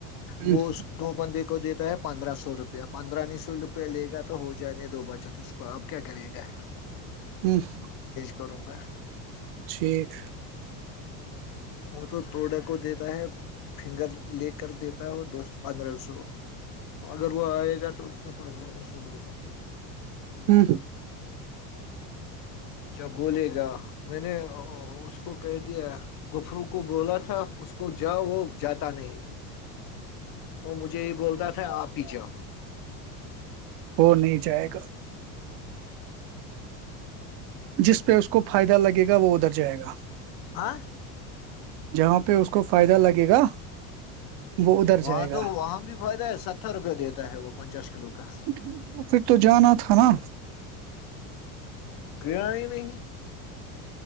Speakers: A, on the right (about 55°); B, on the left (about 50°).
A: ہ
B: وہ اس دو بندے کو دیتے پندرہ سو روپیہ پندرہ سو روپیہ لے گا تو ہو جائے گے دو بچت اس کو اب کیا کرے گا
A: ہی <inaudible>
B: تو روں گا
A: ٹھیک
B: وہ تو توڈا کو دیتا ہے فنگر لے کر دیتا ہے وہ پندرہ سو اگر وہ آئے گا تو اس کو پندرہ سو د گا
A: ہوں
B: جب بولے گا کیا میں نے اس کو کہ دیا گفرو کو بولا تھا اس کو جا وہ جاتا نہیں وہ مجھے یہ بولتا تھا آپ پیچھا
A: ہو نہیں جائے گا جس پہ اس کو فائدہ لگے گا وہ ادھر جائے گا
B: آئ <inaudible>
A: جہاں پہ اس کو فائدہ لگے گا وہ ادھر
B: وہاں
A: جائے گا
B: تو وہاں بھی فائدہ ہے ستر روپیہ دیتا ہے وہ پنچاس کلو کا
A: تو پھر تو جانا تھا نا
B: گیا ہی نہیں